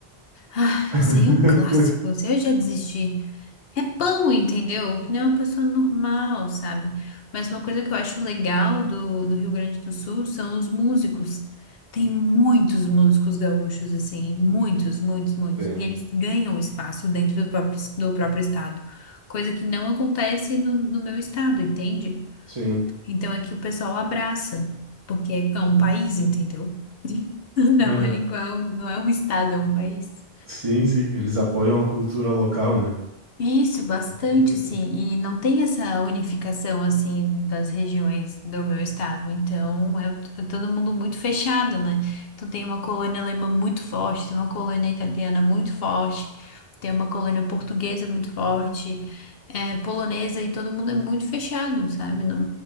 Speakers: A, on the left; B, on the right.
A: ah,
B: <laughs>
A: esse aí é um clássico, esse aí eu já desisti. É pão, entendeu? Que não é uma pessoa normal, sabe? Mas uma coisa que eu acho legal do, do Rio Grande do Sul são os músicos. Tem muitos músicos gaúchos, assim, muitos, muitos, muitos.
B: Tem.
A: E eles ganham espaço dentro do próprio, do próprio estado, coisa que não acontece no, no meu estado, entende?
B: Sim.
A: Então aqui o pessoal abraça, porque é um país, entendeu? <laughs> Não
B: Aham.
A: é igual, não é um estado, é um país.
B: Sim, sim. Eles apoiam a cultura local, né?
A: Isso, bastante,
B: <laughs>
A: sim. E não tem essa unificação, assim, das regiões do meu estado. Então, é, é todo mundo muito fechado, né? Então, tem uma colônia alemã muito forte, tem uma colônia italiana muito forte, tem uma colônia portuguesa muito forte, é, polonesa, e todo mundo é muito fechado, sabe? Não,